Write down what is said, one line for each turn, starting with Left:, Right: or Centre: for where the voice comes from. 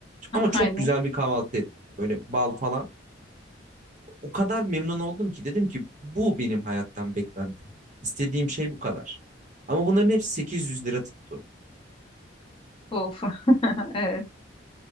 Right: Ama çok
Left: aynen.
Right: güzel bir kahvaltı ettik. Böyle bal falan. O kadar memnun oldum ki dedim ki bu benim hayattan beklentim. İstediğim şey bu kadar. Ama bunların hepsi 800 lira tuttu.
Left: Of. <laughs> Evet.